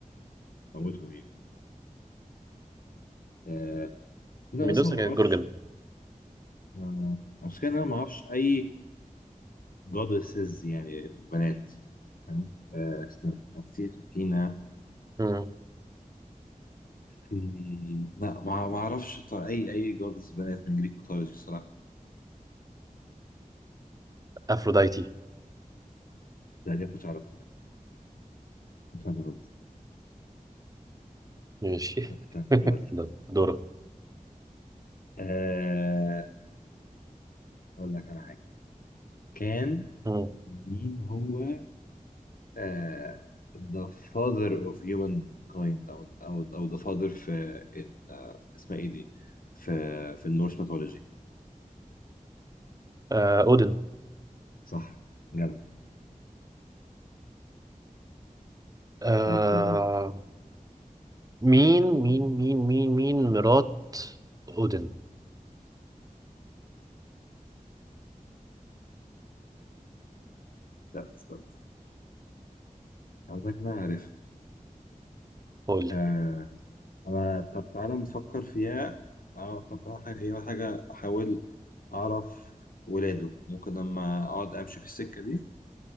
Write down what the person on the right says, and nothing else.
ميدوسا
كانت
جورجن
مم.
افروديتي
ماشي
<laughs>
ده دورك
مم.
آه اودن
آه
مين مين مين مين مين مرات اودن
قول لي